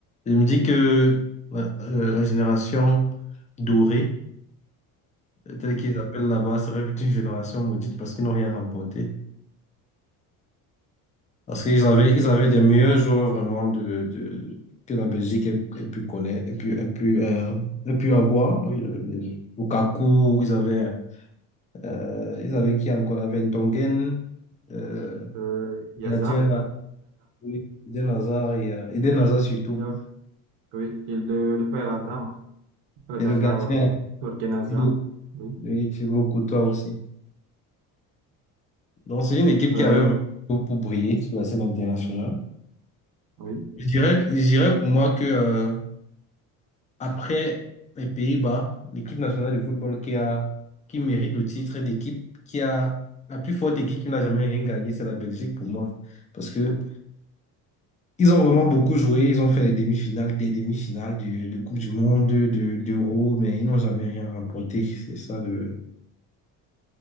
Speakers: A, on the left; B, on the right.
A: Je me dis que ouais, euh, la génération dorée, euh, telle qu'ils appellent là-bas, serait plutôt une génération maudite parce qu'ils n'ont rien remporté. Parce qu'ils avaient, ils avaient des meilleurs joueurs vraiment de, de, que la Belgique ait, ait pu connaître, ait pu, ait pu, euh, ait pu avoir. Euh, les- Lukaku, ils avaient, euh, ils avaient qui encore? Ils avaient Ntongen, euh,
B: euh, il y
A: gardien.
B: a
A: Oui, Eden Hazard et euh, Eden Hazard surtout.
B: Il a, oui, il le, le frère Hazard, le frère
A: Et
B: d'Hazard,
A: le gardien,
B: euh, Thorgan Hazard,
A: Thibaut,
B: oui.
A: oui, Thibaut Courtois aussi. Donc, c'est une équipe qui
B: Euh,
A: avait
B: il-
A: vraiment tout pour briller sur la scène internationale.
B: oui.
A: Je dirais, je dirais pour moi que, euh, après les Pays-Bas, l'équipe nationale de football qui a, qui mérite le titre d'équipe, qui a la plus forte équipe qui n'a jamais rien gagné, c'est la Belgique pour moi. Parce que Ils ont vraiment beaucoup joué, ils ont fait les demi-finales, des demi-finales de, de Coupe du Monde, de, de- d'Euro, mais ils n'ont jamais rien remporté. C'est ça le...